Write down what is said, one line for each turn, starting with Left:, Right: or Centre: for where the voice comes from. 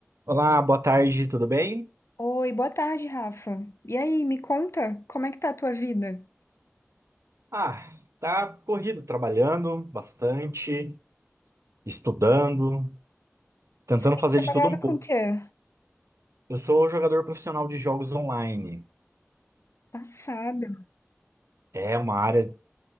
Right: Olá, boa tarde, tudo bem?
Left: Oi, boa tarde, Rafa. E aí, me conta, como é que tá a tua vida?
Right: Ah, tá corrido, trabalhando bastante, estudando, tentando
Left: Você tem
Right: fazer
Left: trabalhado
Right: de tudo um
Left: com
Right: pouco.
Left: o quê?
Right: Eu sou jogador profissional de jogos online.
Left: Passado.
Right: É uma área,